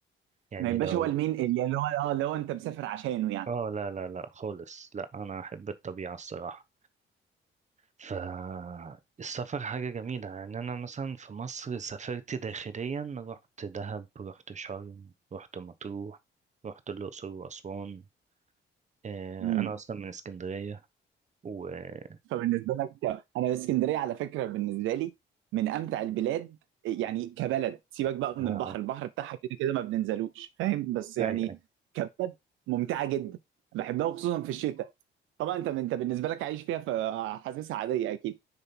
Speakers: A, on the right (about 35°); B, on the right (about 80°).
A: يعني
B: ما يبقاش
A: لو
B: هو المين اللي اللي هو اه اللي هو انت مسافر عشانه يعني
A: آه لا لا لا خالص لا أنا أحب الطبيعة الصراحة فالسفر حاجة جميلة يعني أنا مثلا في مصر سافرت داخليا رحت دهب رحت شرم رحت مطروح رحت الأقصر وأسوان آه،
B: امم
A: انا اصلا من اسكندريه و اه
B: فبالنسبه لك انا اسكندريه على فكره بالنسبه لي من امتع البلاد يعني كبلد سيبك بقى
A: آه.
B: من البحر البحر بتاعها كده كده ما بننزلوش فاهم بس يعني
A: اي اي
B: كبلد ممتعه جدا بحبها وخصوصا في الشتاء طبعا انت انت بالنسبه لك عايش فيها فحاسسها عاديه اكيد